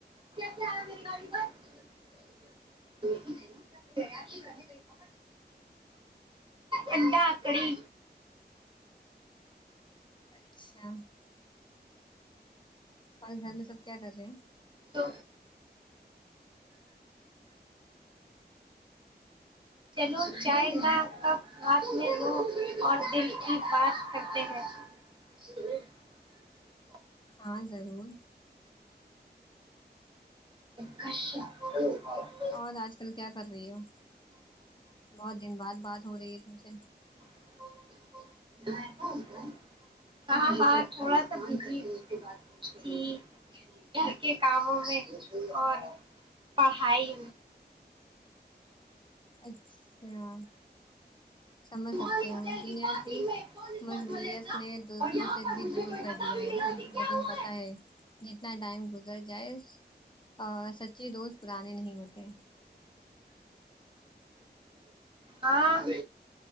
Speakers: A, on the right; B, on the left.
A: <unintelligible> انڈا کڑی
B: اچھا اور گھر میں سب کیا کر رہے ہیں
A: تو چلو چائے کا کپ ہاتھ میں لو اور دل کی بات کرتے ہیں <unintelligible>
B: ہاں ضرور
A: عشاء <unintelligible>
B: اور آج کل کیا کر رہی ہو بہت دن بعد بات ہو رہی ہے تم سے
A: <unintelligible> ہاں ہاں تھوڑا سا بزی تھی گھر کے کاموں جی اور پڑھائی
B: اچھا سمجھ
A: تمہاری
B: سکتی
A: ہوٹل
B: ہوں دنیا
A: پارکنگ
B: کی
A: میں کون رسپانسبل
B: مشغولیت
A: ہے اس کا
B: نے دوستوں
A: اور یہاں
B: سے
A: پر
B: بھی
A: مجھے
B: دور
A: کوئی
B: کر
A: بتا
B: دیا
A: بھی
B: ہے
A: نہیں رہا
B: نا
A: کہ کیا
B: لیکن
A: ہوا
B: پتہ ہے جتنا ٹائم گزر جائے ا سچے دوست پرانے نہیں ہوتے
A: ہاں